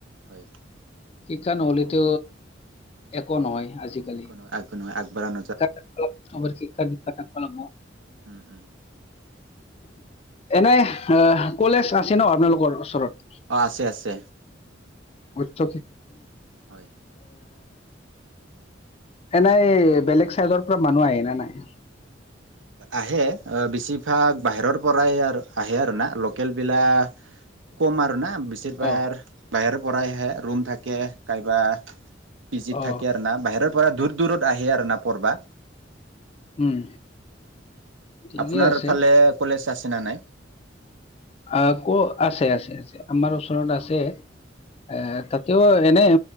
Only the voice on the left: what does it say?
শিক্ষা নহ'লেতো একো নহয়। আজিকালি
<unintelligible>
এনেই আহ, কলেজ আছে ন আপোনালোকৰ ওচৰত?
<unintelligible>
এনাই বেলেগ চাইডৰ পৰা মানুহ আহে ন নাই?
অ
অ
উম, ঠিকে
আছে
আ ক আছে আছে আছে আমাৰ ওচৰত আছে এ তাতেও ত' এনেই